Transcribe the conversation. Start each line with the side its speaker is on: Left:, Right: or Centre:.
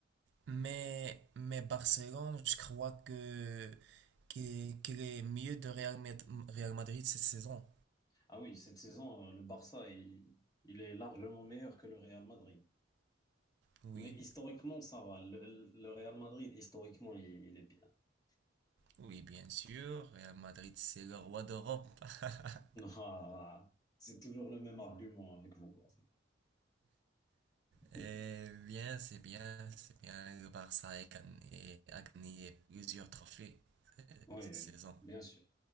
Right: Mais, mais Barcelone, je crois que que- qu'elle est mieux de Real, Med- Real Madrid cette saison.
Left: Ah oui, cette saison, euh, le Barça, il, il est largement meilleur que le Real Madrid.
Right: Oui,
Left: Mais historiquement, ça va. Le, le Real Madrid, historiquement, il, il est bien. <laughs>
Right: oui, bien sûr. Real Madrid, c'est le roi d'Europe. <laughs>
Left: Ah, c'est toujours le même argument avec vous.
Right: Eh
Left: <laughs>
Right: bien, c'est bien, c'est bien. Le Barça a gagné, a gagné plusieurs trophées euh,
Left: Oui,
Right: cette
Left: oui,
Right: saison.
Left: bien sûr.